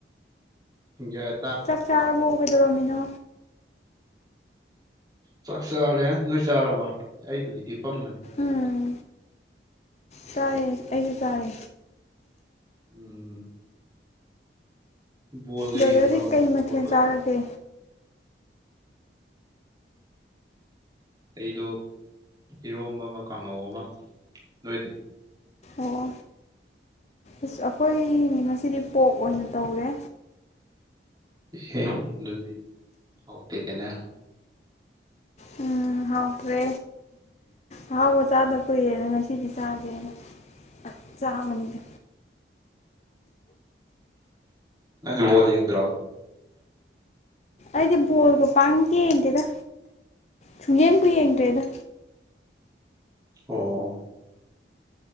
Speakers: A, on the right; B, on the left.
A: ꯌꯥ
B: ꯆꯥꯛ ꯆꯥꯔꯕꯣ ꯀꯩꯗꯧꯔꯝꯃꯤꯅꯣ
A: ꯆꯥꯛ ꯆꯥꯔꯦ ꯅꯣꯏ ꯆꯥꯔꯕꯣ ꯑꯩꯕꯨꯗꯤ ꯍꯤꯞꯄꯝꯕꯅꯦ
B: ꯎꯝ ꯆꯥꯔꯦ ꯑꯩꯗꯤ ꯆꯥꯔꯦ
A: <inaudible> ꯕꯣꯜꯒ
B: ꯕꯗꯔꯗꯤ
A: ꯌꯦꯡꯕ꯭ꯔꯣ
B: ꯀꯩ ꯃꯊꯦꯜ
A: ꯕꯣꯜꯒ
B: ꯆꯥꯔꯒꯦ
A: ꯑꯩꯗꯣ ꯏꯔꯣꯝꯕ ꯑꯃ ꯀꯥꯡꯉꯧ ꯑꯃ ꯅꯣꯏꯗꯤ
B: ꯑꯣ ꯑꯁ ꯑꯩꯈꯣꯏ ꯉꯁꯤꯗꯤ ꯄꯣꯛ ꯑꯣꯏꯅ ꯇꯧꯔꯦ
A: ꯑꯦꯍꯦ ꯑꯗꯨꯗꯤ ꯍꯥꯎꯇꯦꯅꯦ
B: ꯎꯝ ꯍꯥꯎꯇ꯭ꯔꯦ ꯑꯍꯥꯎꯕ ꯆꯥꯗꯕ ꯀꯨꯏꯔꯦꯅ ꯉꯁꯤꯗꯤ ꯆꯥꯒꯦꯅ ꯑ ꯆꯥ ꯃꯅꯤꯗ
A: ꯅꯪꯗꯤ ꯕꯣꯜ ꯌꯦꯡꯗ꯭ꯔꯣ
B: ꯑꯩꯗꯤ ꯕꯣꯜꯒ ꯄꯥꯡ ꯌꯦꯡꯗꯦꯗ ꯁꯨꯡꯌꯦꯡꯕꯨ ꯌꯦꯡꯗ꯭ꯔꯦꯗ
A: ꯑꯣ